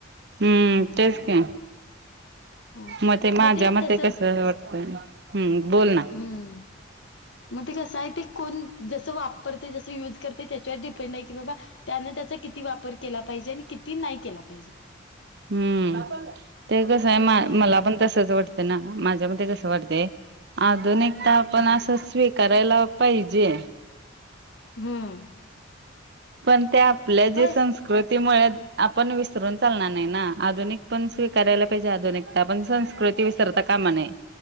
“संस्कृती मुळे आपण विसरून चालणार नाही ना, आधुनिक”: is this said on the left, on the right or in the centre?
Right